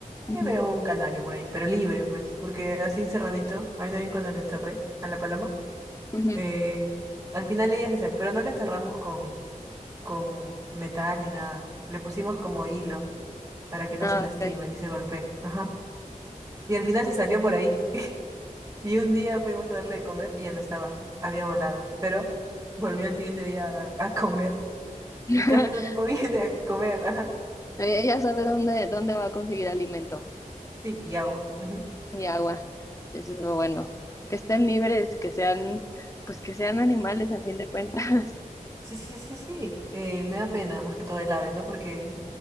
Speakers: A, on the left; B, on the right.
A: Ujú,
B: Sí veo un canario por ahí, pero libre, pues, porque así encerradito, a mí también cuando le enterré a la paloma,
A: ujú.
B: eh, al final ella se salió, pero no la enterramos con, con metal ni nada, le pusimos como hilo para que no
A: Ah,
B: se lastime
A: ok.
B: ni se golpee, ajá, y al final se salió por ahí, <laughs> y un día fuimos a darle de comer y ya no estaba, había volado, pero volvió al siguiente día a, a comer,
A: <laughs>
B: y cada cierto tiempo <laughs> viene a comer, ajá,
A: Ella sabe dónde, dónde va a conseguir alimento
B: sí, y agua, ujú.
A: y agua. Eso es lo bueno. Que estén libres, que sean, pues que sean animales a fin de cuentas.
B: Sí, sí, sí, sí. Eh, me da pena más que todo el ave, ¿no? Porque